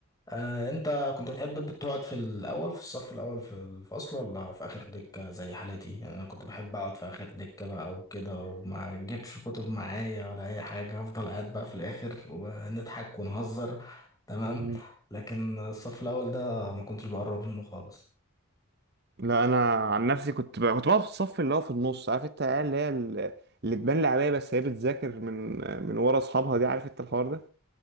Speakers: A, on the left; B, on the right.
A: آه، انت كنت بتحب تقعد في الاول في الصف الاول في الفصل ولا في اخر دكة زي حالتي انا كنت بحب اقعد في اخر دكة بقى وكده وما اجيبش كتب معايا ولا اي حاجة افضل قاعد بقى في الاخر ونضحك ونهزر تمام
B: مم.
A: لكن الصف الاول ده ما كنتش بقرب منه خالص
B: لا انا عن نفسي كنت بقى كنت بقى في الصف اللي هو في النص عارف انت العيال اللي هي ال- اللي تبان لعبية بس هي بتذاكر من من ورا اصحابها دي عارف انت الحوار ده